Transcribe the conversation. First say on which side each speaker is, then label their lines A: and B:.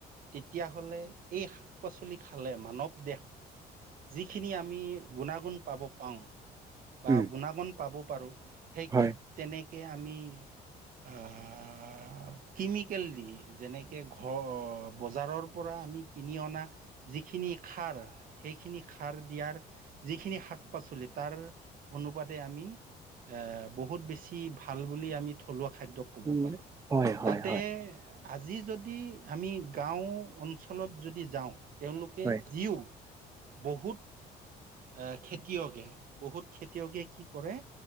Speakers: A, on the right (about 55°); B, on the right (about 20°).
A: তেতিয়াহলে এই শাক পাচলি খালে মানৱ দেশ যিখিনি আমি গুণাগুণ পাব পাও বা
B: উম
A: গুণাগুণ পাব। পাৰো সেই
B: হয়
A: তেনেকে আমি তেনেকে আমি আহ, কেমিকেল দি যেনেকে ঘৰ বজাৰৰ পৰা আমি কিনি অনা যিখিনি খাৰ সেইখিনি সাৰ দিয়াৰ যিখিনি শাক পাচলি তাৰ অনুপাতে আমি এ বহুত বেছি ভাল বুলি আমি থলুৱোৱা খাদ্যয় ক'ব
B: উম
A: পাৰো।
B: হয় হয়
A: তাতে
B: হয়
A: আজি যদি আমি গাও অঞ্চলত যদি যাও তেওলোকে
B: হয়
A: যিও বহুত এ খেতিয়কে বহুত খেতিয়কে কি কৰে